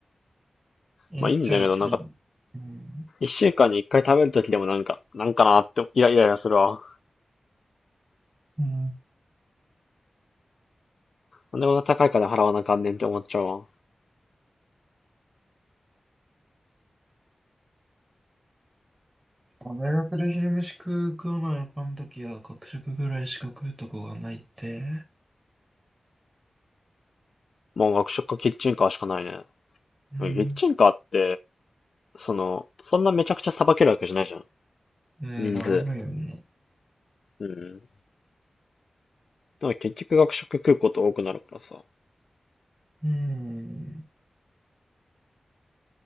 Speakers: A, on the right (about 20°); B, on the left (about 70°).
A: え、
B: まあいいんだけど、
A: じゃあいつに。
B: なんか、
A: うん。
B: 一週間に一回食べるときでもなんか、なんかなーって、イライライラするわ。
A: うん。
B: なんでこんな高い金払わなあかんねんって思っちゃうわ。
A: 大学で昼飯食う食わないあかんときは、学食ぐらいしか食うとこがないって。
B: もう学食かキッチンカーしかないね。
A: うん。
B: うんキッチンカーって、その、そんなめちゃくちゃ捌けるわけじゃないじゃん。
A: うん、
B: 人数。
A: 並べよな。
B: うん。だから結局学食食うこと多くなるからさ。
A: うん、